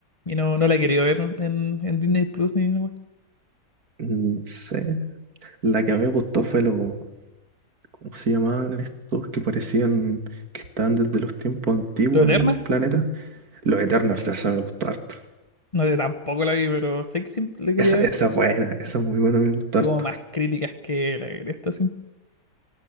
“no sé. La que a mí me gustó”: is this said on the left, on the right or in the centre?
Right